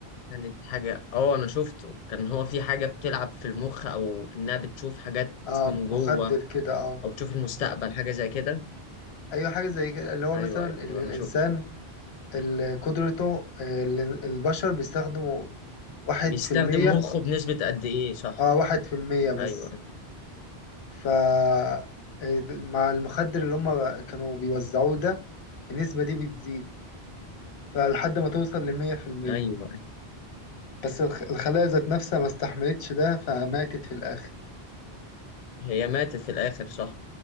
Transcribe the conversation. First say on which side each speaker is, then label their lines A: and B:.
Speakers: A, on the left; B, on the left.
A: كانت حاجة اه انا شفته كان هو في حاجة بتلعب في المخ او انها بتشوف حاجات
B: اه
A: من جوه
B: مخدر كده اه
A: او تشوف المستقبل حاجة زي كده
B: ايوه حاجه زي كده اللي هو
A: ايوه
B: مثلا اللي
A: ايوه انا
B: الانسان
A: شفته
B: اللي قدرته آه، اللي البشر بيستخدموا واحد
A: بيستخدم
B: في المية
A: مخه بنسبة قد ايه صح
B: اه واحد في المية بس
A: ايوه
B: ف آه، مع المخدر اللي هم كانوا بيوزعوه ده النسبة دي بتزيد فلحد ما توصل لمية في المية
A: ايوه
B: بس الخ- الخلايا ذات نفسها ما استحملتش ده فماتت في الآخر
A: هي ماتت في الاخر صح